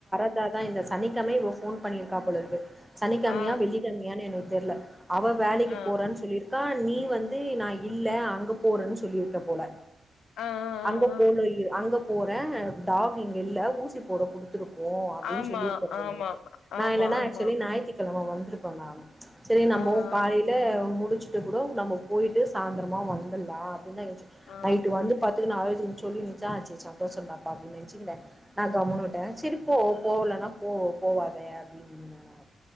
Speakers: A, in the centre; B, on the left.
A: டா தா இந்த சனிக்கம்ம இ போன் பண்ணிருக்கா போலருக்கு சனி கழமயா
B: ஆ
A: வெள்ளிக் கழமயான்னு எனக்கு தெரியல அவ வேலைக்கு
B: ஆ
A: போறன்னு சொல்லியிருக்கா நீ வந்து நா இல்ல அங்க போறேன்னு சொல்லியிருக்க போல
B: ஆ ஆ
A: அங்க
B: ஆ ஆ
A: போலயிரு அங்க போறே டாக் இங்கல்ல ஊசி போட குடுத்துருக் கோ அப்டின்னு
B: ஆமா
A: சொல்லிருக்க போலருக்கு
B: ஆமா ஆமா
A: நா இல்லன்னா
B: ஆமா
A: ஆக்சுலி ஞாயித்து கிழம வந்திருக்கோ நா செரி நம்மோ
B: ஆ ஆ
A: காலை யில முடிச்சுட்டு கூடோ நம்ம போயிட்டு சாயந்திரமா வந்துலா அப்படின்னு தா யோசிச்சு
B: ஆ
A: நைட் வந்து பாத்து அழுதுன் சொல்லின்ச்சா செரி சந்தோஷோ தா பா அப்டினே நச்சுக்கிறே நா கம்முனு வுட்டே செரி போ போகலன்னா போ போவாதே அப்படின்னு ந